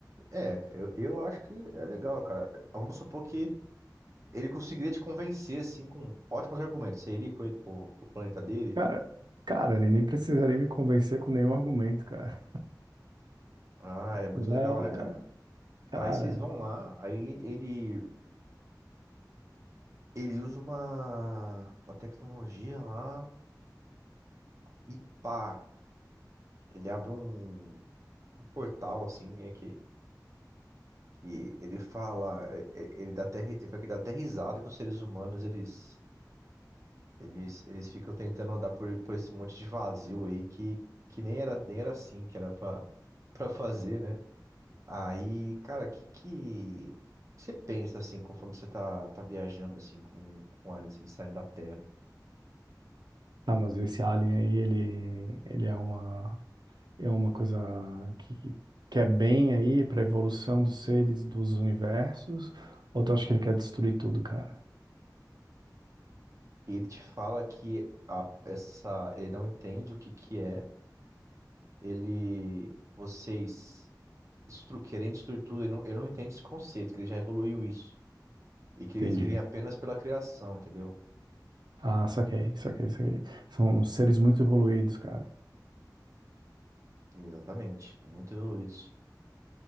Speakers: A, on the right (about 45°); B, on the right (about 80°).
A: é, eu, eu acho que é legal, cara. Vamos supor que ele conseguiria te convencer, assim, com ótimos argumentos. Você iria com ele pro, pro planeta dele?
B: Cara, cara, ele nem precisaria me convencer com nenhum argumento, cara.
A: Ah, é muito
B: Vé,
A: legal, né, cara?
B: cara,
A: Tá, aí vocês vão lá, aí ele, ele usa uma, uma tecnologia lá e pá. Ele abre um portal, assim, né, que, que ele fala, é- é- ele dá até, ri- ele fala que dá até risada que os seres humanos, eles, eles, eles ficam tentando andar por, por esse monte de vazio aí que, que nem era, nem era assim que era pra, <laughs> pra fazer, né? Aí, cara, que que você pensa, assim, conforme você tá, tá viajando, assim, com, com ele, assim, saindo da Terra?
B: tá, mas esse alien aí, ele, ele é uma, é uma coisa que, que é bem aí pra evolução dos seres dos universos, ou tu acha que ele quer destruir tudo, cara?
A: E ele te fala que a, essa, ele não entende o que que é, ele, vocês... destru- querendo destruir tudo, eu não, eu não entendo esse conceito, que ele já evoluiu isso. E que
B: Entendi.
A: eles vivem apenas pela criação, entendeu?
B: Ah, saquei, saquei, saquei. São seres muito evoluídos, cara.
A: Exatamente, muito evoluídos.